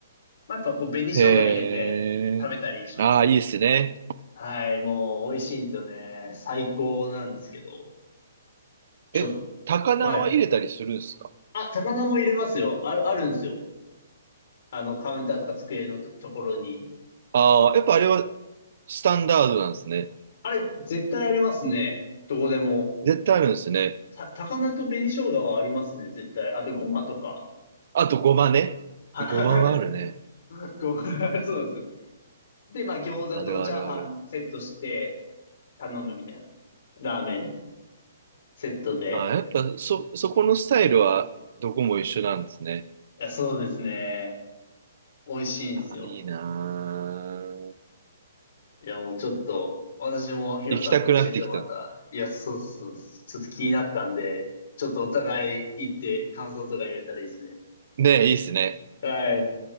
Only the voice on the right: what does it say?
へえ。ああ、いいですね。
え、高菜は入れたりするんですか
ああー、やっぱあれはスタンダードなんですね。
絶対あるんですね。
あとごまね。
ごまはあるね。
あるあるある。
あー、やっぱそ、そこのスタイルはどこも一緒なんですね。
あいいなー
行きたくなってきた。
ねえ、いいっすね。